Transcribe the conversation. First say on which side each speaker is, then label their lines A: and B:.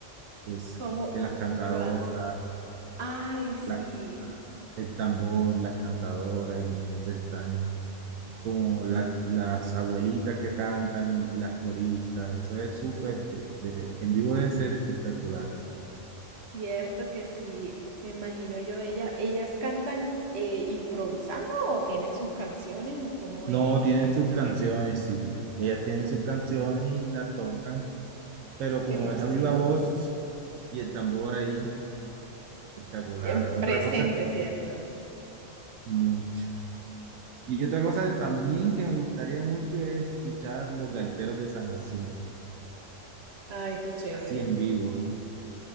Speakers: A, on the right; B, on the right.
A: que es
B: ¿Cómo,
A: que las cantadoras,
B: cómo lo hace? Ay, sí,
A: la- el tambor, las cantadoras, y entonces están como las, las abuelitas que cantan y, y las coristas. Eso es súper, de- en vivo debe ser espectacular.
B: cierto que sí. Me imagino yo, ella, ellas cantan eh, improvisando o tienen sus canciones o cómo
A: No,
B: es.
A: tienen
B: Cuéntame.
A: sus canciones, sí. Ellas tienen sus canciones y las tocan, pero como
B: Qué emoción.
A: es a viva voz y el tambor ahí, espectacular.
B: En
A: Otra
B: presente,
A: cosa,
B: ¿cierto?
A: mucho. Y otra cosa también que me gustaría mucho es escuchar los gaiteros de San Jacinto,
B: Ay, qué chévere.
A: así en vivo.